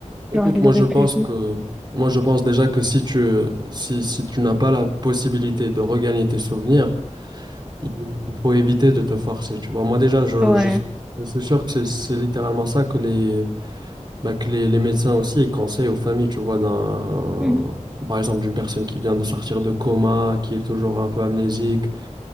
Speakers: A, on the right; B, in the centre.
A: écoute,
B: genre, je
A: moi
B: les aurais
A: je pense
B: plus.
A: que, moi je pense déjà que si tu, si, si tu n'as pas la possibilité de regagner tes souvenirs, il il faut éviter de te forcer, tu vois. Moi déjà, je,
B: Ouais.
A: je, je suis sûr que c'est c'est littéralement ça que les Bah, que les, les médecins aussi ils conseillent aux familles, tu vois, d'un,
B: Mhm.
A: par exemple, d'une personne qui vient de sortir de coma, qui est toujours un peu amnésique.